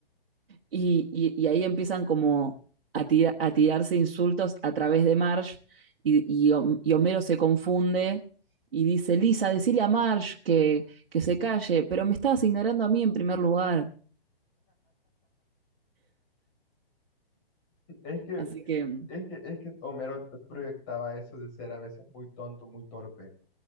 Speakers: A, on the right; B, on the left.
A: Y, y, y ahí empiezan como a, tira- a tirarse insultos a través de Marge y, y y Homero se confunde y dice, Lisa, decile a Marge que, que se calle, pero me estabas ignorando a mí en primer lugar.
B: Es que,
A: Así que,
B: es que, es que Homero proyectaba eso de ser a veces muy tonto, muy torpe,